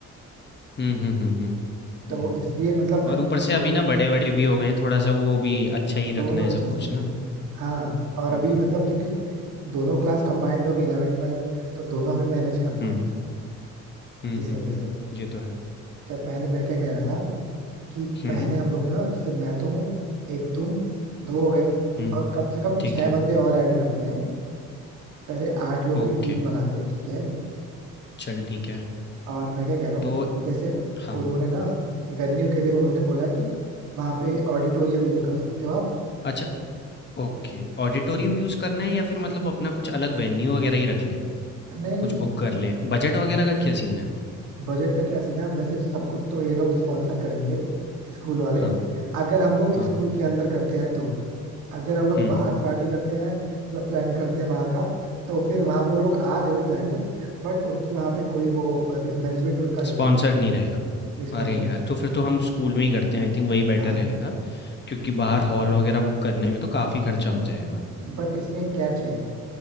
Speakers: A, on the left; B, on the right.
A: हुँ, हुँ, हुँ, हुँ।
B: तो
A: हुँ,
B: इसलिए मतलब
A: और ऊपर से
B: टोटल
A: अभी ना बड़े-वड़े भी हो गए हैं, थोड़ा-सा वो भी अच्छा ही रखना
B: दोनों
A: है सब
B: चीजें
A: कुछ
B: हैं
A: ना।
B: हाँ और
A: हुँ,
B: अभी मतलब क्योंकि दोनों क्लास कंबाइंड होगी इलेवेंथ ट्वेल्थ तो दोनों में मैनेज करना
A: हुँ,
B: है
A: हुँ,
B: इस
A: हुँ,
B: वजह
A: हुँ,
B: से
A: ये तो है।
B: तो पहले मैं क्या कह रहा था कि
A: हुँ,
B: पहले हम लोग ना जैसे मैं तो हूँ एक तुम दो हो गए
A: हुँ,
B: और कम से कम
A: ठीक
B: छह
A: है,
B: बंदे और ऐड करते हैं पहले आठ लोग की
A: ओके,
B: टीम बनाते हैं ठीक है
A: चल ठीक है।
B: और मैं क्या कह रहा हूँ
A: तो
B: जैसे
A: हाँ,
B: उन्होंने ना वेन्यू के लिए उन्होंने बोला है कि वहां पे ऑडिटोरियम यूज कर सकते हो आप
A: अच्छा ओके, ऑडिटोरियम यूज़ करना है या फिर
B: आप-
A: मतलब अपना कुछ अलग वेन्यू वगैरह ही रख लें?
B: नहीं नहीं
A: कुछ बुक कर लें, बजट वगैरह का क्या सीन है?
B: बजट का क्या सीन है वैसे सब कुछ तो ये लोग स्पॉन्सर करेंगे स्कूल वाले
A: हाँ,
B: अगर हम लोग
A: हाँ,
B: स्कूल के अंदर करते हैं तो अगर हम लोग
A: हुँ,
B: बाहर पार्टी करते हैं मतलब प्लान करते हैं बाहर का तो फिर वहां पे वो लोग आ जरूर जाएंगे बट उनकी वहां पे कोई वो मैनेजमेंट उनका नहीं
A: स्पॉन्सर्ड
B: होगा फिर
A: नहीं रहेगा।
B: रिस्पॉन्सिबल
A: अरे यार! तो फिर तो हम स्कूल में ही करते हैं, आई थिंक वही बेटर
B: हाँ
A: रहेगा। क्योंकि बाहर हॉल वगैरह बुक करने में तो काफ़ी खर्चा हो जाएगा।
B: बट इसमें एक कैच है